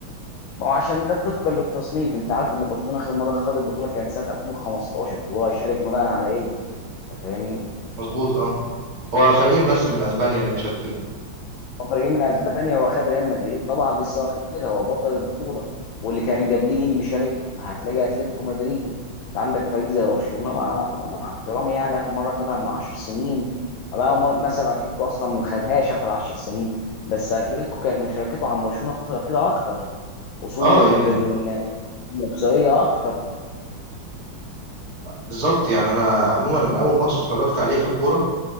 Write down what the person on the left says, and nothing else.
ما هو عشان ده طبقا للتصنيف انت عارف ان برشلونه اخر مره خد البطوله كانت سنه 2015 هو هيشارك بناء على ايه انت فاهمني
مفرجين من اسبانيا هو خد ريال مدريد طبعا لسه واخدها هو بطل البطوله واللي كان قبليه مين مشارك هتلاقي اتلتيكو مدريد انت عندك فريق زي برشلونه مع مع احترامي يعني اخر مره خدها من 10 سنين أما هو مثلا اتلتيكو اصلا ما خدهاش اخر 10 سنين بس اتلتيكو كانت مشاركته عن برشلونه الفتره الاخيره اكتر وصول
ال-
ال- ال- الاقصائيه اكتر